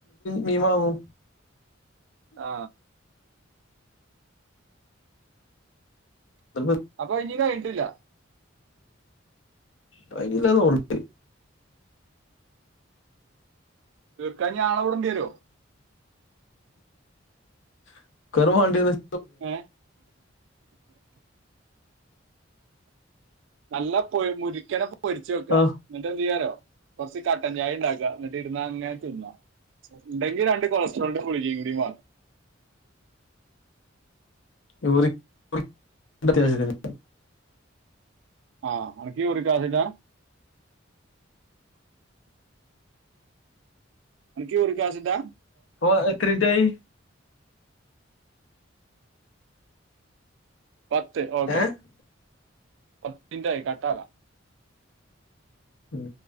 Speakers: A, on the left; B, on the right.
A: മീൻ വാങ്ങൂ
B: ആ
A: അതിപ്പോ
B: അപ്പൊ ഇനിം കഴിഞ്ഞിട്ടില്ല
A: കൈഞ്ഞീല്ലന്ന് തോന്ന്ണ്ട്
B: തീർക്കാഞ്ഞാളെ വിടേണ്ടിയരോ
A: <unintelligible>
B: ഏ നല്ല പൊ മുരിക്കന പൊരിച്ച് വെക്ക്ആ
A: ആ
B: ന്നിട്ടന്തയ്യാറിയൊ കൊറച്ച് കട്ടൻചായണ്ടാക്ക ന്നിട്ട് ഇരുന്നങ്ങനെ തിന്ന ണ്ടെങ്കി രണ്ട് കൊളസ്ട്രോളിന്റെ ഗുളികയും കൂടി വാ
A: <unintelligible>
B: ആ അൻക്ക് യൂറിക്കാസിടാ അൻക്ക് യൂറിക്കാസിടാ
A: ഓ എത്രിറ്റായി
B: പത്ത് ഓക്കെ
A: ഏഹ്
B: പത്തിന്റായി കട്ടാല
A: ഉം